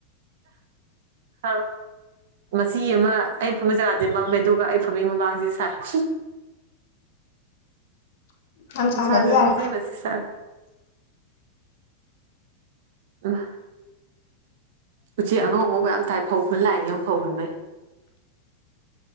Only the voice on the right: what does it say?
ꯍ <unintelligible> ꯃꯆꯤ ꯑꯃ ꯑꯩꯅ ꯐꯝꯕ ꯖꯒꯥꯗꯨꯗꯤ ꯃꯝꯃꯦ ꯑꯗꯨꯒ ꯑꯩ ꯐꯝꯃꯤ ꯃꯃꯥꯡꯁꯤꯗꯤ ꯁꯥꯏ <inaudible>
ꯅꯨꯡꯁꯥꯁꯤꯖꯨ
ꯃꯆꯤ ꯃꯆꯤ ꯁꯥꯏ ꯑꯥ ꯎꯆꯦꯛ ꯑꯉꯧꯕ ꯌꯥꯝ ꯇꯥꯏ ꯐꯧ ꯈꯨꯨꯟ ꯂꯥꯛꯏꯅꯤ ꯌ‌ꯦꯡꯉꫭ ꯐꯧ ꯍꯨꯟꯕꯩ